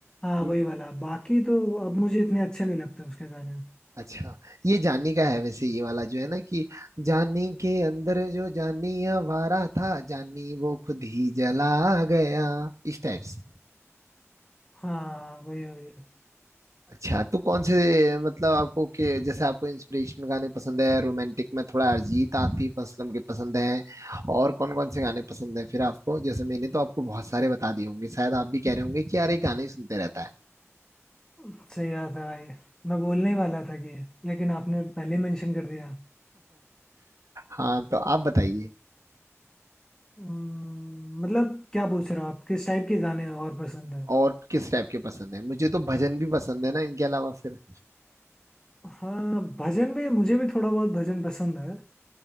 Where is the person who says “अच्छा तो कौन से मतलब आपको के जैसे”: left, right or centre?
Right